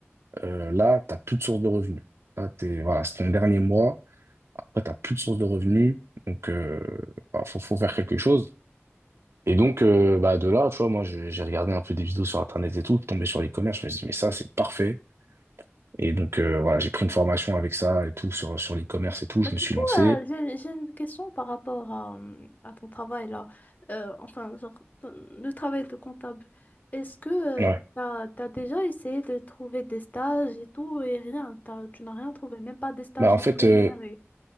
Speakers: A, on the right; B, on the left.
A: euh, là, t'as plus de source de revenus. Là, t'es, voilà, c'est ton dernier mois. Après, t'as plus de source de revenus. Donc, euh, bah, faut, faut faire quelque chose. Et donc, euh, bah, de là, tu vois, moi, je- j'ai regardé un peu des vidéos sur Internet et tout, tombé sur l'e-commerce. Je me suis dit, mais ça, c'est parfait. Et donc, euh, voilà, j'ai pris une formation avec ça et tout, sur, sur l'e-commerce
B: Oui.
A: et tout.
B: Bah,
A: Je
B: du
A: me suis
B: coup,
A: lancé.
B: euh, j'ai j'ai une question par rapport à, euh, à ton travail là. Euh, enfin, genre, ton- le travail de comptable. Est-ce que
A: Ouais.
B: tu t'as, t'as déjà essayé de trouver des stages et tout et rien? T'as- tu n'as rien trouvé, même pas des stages
A: Bah, en
B: non
A: fait,
B: rémunérés.
A: euh,